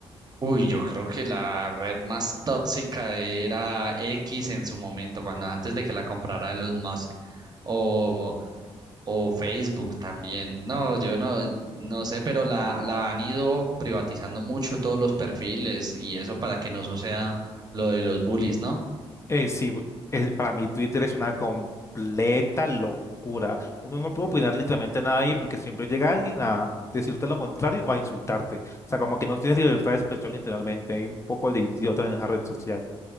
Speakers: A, on the right; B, on the left.
A: Uy, yo creo que la red más tóxica era X en su momento, cuando antes de que la comprara Elon Musk o, o Facebook también. No, yo no, no sé, pero la, la han ido privatizando mucho todos los perfiles y eso para que no suceda lo de los bullies, ¿no?
B: Eh, sí, bu- eh, para mí Twitter es una completa locura. Uno no puede opinar literalmente nada ahí porque siempre llega alguien a decirte lo contrario o a insultarte. O sea, como que no tienes libertad de expresión literalmente. Hay un poco de idiotas en esa red social.